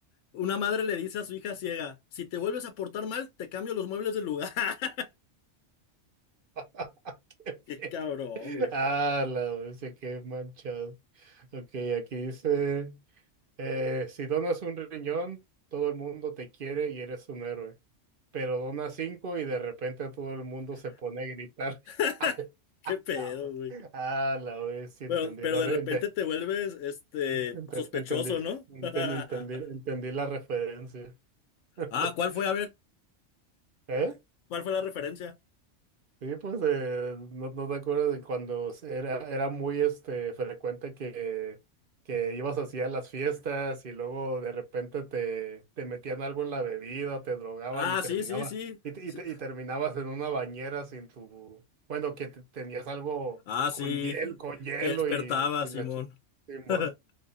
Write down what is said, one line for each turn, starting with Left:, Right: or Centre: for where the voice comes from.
Left: una madre le dice a su hija ciega, si te vuelves a portar mal, te cambio los muebles del lugar. <laughs>
Right: <laughs> Qué
Left: Qué
Right: feo.
Left: cabrón, güey.
Right: Ah, la bestia, qué manchado. Ok, aquí dice. Eh, si donas un riñón, todo el mundo te quiere y eres un héroe. Pero donas cinco y de repente todo el mundo se pone a gritar.
Left: <laughs>
Right: <laughs>
Left: Qué pedo,
Right: La hue-
Left: güey.
Right: Ah, la vez sí entendí
Left: Pero, pero
Right: la
Left: de
Right: re-
Left: repente
Right: ente-
Left: te vuelves este
Right: ente-
Left: sospechoso,
Right: entendí,
Left: ¿no?
Right: enten-
Left: <laughs>
Right: entendí, entendí la referencia. <laughs>
Left: Ah, ¿cuál fue? A ver,
Right: ¿Eh?
Left: ¿cuál fue la referencia?
Right: Sí, pues eh, no, no te acuerdas de cuando era, era muy este frecuente que, que ibas así a las fiestas y luego de repente te, te metían algo en la bebida, te drogaban
Left: Ah,
Right: y terminaba,
Left: sí, sí, sí.
Right: y, te-
Left: Sí.
Right: y, te- y terminabas en una bañera sin tu, bueno, que te- tenías algo
Left: Ah,
Right: con
Left: sí.
Right: hiel, con hielo
Left: Que despertaba,
Right: y, y
Left: Simón.
Right: la chica, Simón,
Left: <laughs>